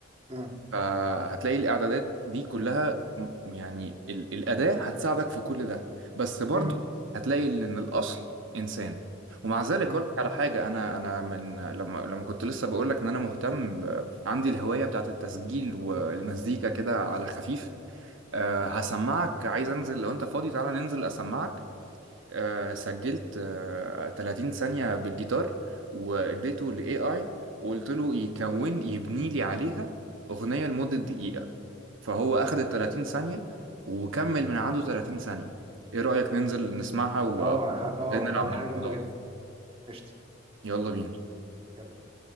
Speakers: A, on the right; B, on the right.
A: مم.
B: فهتلاقي الاعدادات دي كلها م- يعني ال- الاداه هتساعدك في كل ده بس برضه
A: مم.
B: هتلاقي ان الاصل انسان ومع ذلك
A: مم.
B: اقول لك على حاجه انا انا من لما لما كنت لسه بقول لك ان انا مهتم ب- عندي الهوايه بتاعت التسجيل والمزيكا كده على خفيف أه هسمعك عايز انزل لو انت فاضي تعالى ننزل اسمعك آه، سجلت آه، 30 ثانية بالجيتار واديته ل AI وقلت له يكون يبني لي عليها أغنية لمدة دقيقة فهو أخد ال 30 ثانية وكمل من عنده 30 ثانية إيه رأيك ننزل نسمعها و
A: اه ه- اه
B: ازاي نلعب
A: اه دي
B: بالموضوع
A: حاجة جامدة جدا
B: ده
A: قشطة
B: يلا بينا
A: يلا بينا